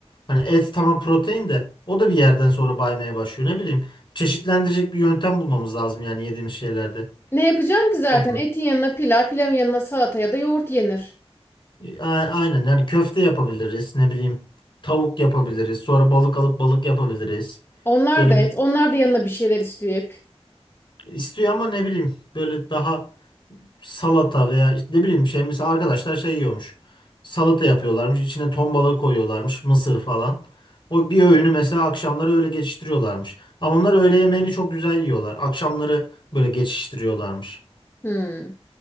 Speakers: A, on the left; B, on the left.
A: Hani et tamam protein de o da bir yerden sonra baymaya başlıyor. Ne bileyim çeşitlendirecek bir yöntem bulmamız lazım yani yediğimiz şeylerde.
B: Ne yapacaksın ki zaten?
A: Doğru.
B: Etin yanına pilav, pilavın yanına salata ya da yoğurt yenir.
A: A- Aynen yani köfte yapabiliriz ne bileyim tavuk yapabiliriz. Sonra balık alıp balık yapabiliriz.
B: Onlar
A: Böyle
B: da et,
A: bir
B: onlar da yanına bir şeyler istiyor hep.
A: istiyor ama ne bileyim böyle daha salata veya işte ne bileyim şey mesela arkadaşlar şey yiyormuş. Salata yapıyorlarmış. içine ton balığı koyuyorlarmış. Mısır falan. O bir öğünü mesela akşamları öyle geçiştiriyorlarmış. Ama onlar öğle yemeğini çok güzel yiyorlar. Akşamları böyle geçiştiriyorlarmış.
B: Hmm.